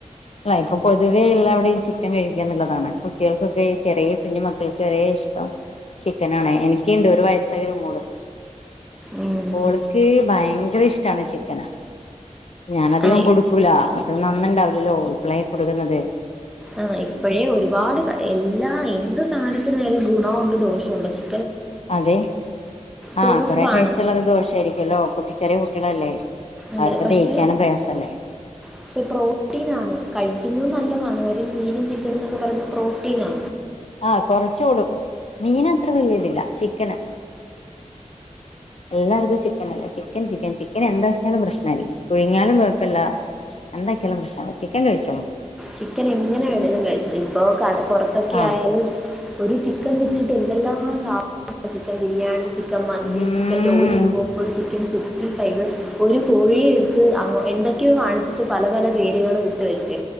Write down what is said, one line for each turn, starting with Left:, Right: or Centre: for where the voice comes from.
Left: അല്ല, ഇപ്പൊ പൊതുവെ എല്ലാവ്ടെയും ചിക്കൻ കഴിക്കാന്ന്ള്ളതാണ്. കുട്ടികൾക്കൊക്കെ ചെറിയ കുഞ്ഞു മക്കൾക്ക് വരേ ഇഷ്ട്ടാ ചിക്കനാണെ. എനിക്ക്‌ണ്ട് ഒര് വയസായ ഒരു മോള്
Centre: ഉം.
Left: ഓൾക്ക് ഭയങ്കര ഇഷ്ട്ടാണ് ചിക്കന ഞാനധികം
Centre: ആ ഇ-
Left: കൊടു കൊടു ക്കൂല നന്ന്ണ്ടാവില്ലല്ലോ. ഇപ്പളെ കൊട്ക്ക്‌ന്നത്
Centre: അ, ഇപ്പഴേ ഒര്പാട് എല്ലാ എന്ത് സാധ നത്തിനാലും ഗുണേംഒണ്ട് ദോഷേംഒണ്ട് ചി
Left: അതെ, ആ,
Centre: കൊഴുപ്പാണ്
Left: കൊറേ കഴിച്ചാലാത്‌ ദോഷാരിക്കുവല്ലോ. കുട്ടി, ചെറിയകുട്ടികളല്ലേ?
Centre: അതെ
Left: അവർക്ക്
Centre: പക്ഷേ
Left: ദഹിക്കാനും പ്രായാസല്ലേ?
Centre: പക്ഷെ പ്രോട്ടീനാണ് കഴിക്ക്‌ന്നതും നല്ലതാണ് ഈ മീനും ചിക്കനുംന്നൊക്കെ പറയ്ന്നത് പ്രോട്ടീനാ
Left: ആ, കൊറച്ച് കൊട്ക്കും. മീൻ അത്രവല്ല്യയിതില്ല. ചിക്കനാ എല്ലാർക്കും ചിക്കനല്ലേ. ചിക്കൻ ചിക്കൻ ചിക്കനെന്താക്കിയാലും പ്രശ്നല്ല. പുഴുങ്ങിയാലും കൊഴപ്പല്ല. എന്താക്കിയാലും പ്രശ്നംല്ല. ചിക്കൻ കഴിച്ചോളും
Centre: ചിക്കൻ എങ്ങനെ വേണെലും കഴിച്ചോളും. ഇപ്പൊ കട പൊറത്തൊക്കെയായാലും
Left: ആഹ്
Centre: ഒരു ചിക്കൻ വെച്ചിട്ട് എന്തെല്ലാം സാധനങ്ങളാ ചിക്കൻ ബിരിയാണി, ചിക്കൻ മന്തി,
Left: ഉം
Centre: ചിക്കൻ ലോലിപോപ്പ്, ചിക്കൻ സിക്സ്റ്റി ഫൈവ്, ഒര് കോഴിയെ എട്ത്ത് അങ്ങ് എന്തൊക്കെയോ കാണിച്ചിട്ട് പല പല പേരുകളുംഇട്ട് വെച്ചേ